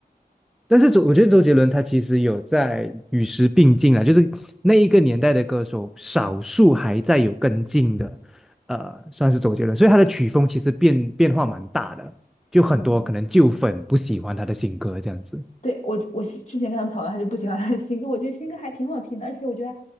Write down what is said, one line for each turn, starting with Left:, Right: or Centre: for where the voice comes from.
Centre: 但是周，我觉得周杰伦他其实有在与时并进啊，就是那一个年代的歌手，少数还在有跟进的，呃，算是周杰伦，所以他的曲风其实变变化蛮大的，就很多可能旧粉不喜欢他的新歌这样子，
Left: 真的。对，我我是之前看他们讨论，他就不喜欢他的新歌，我觉得新歌还挺好听的，而且我觉得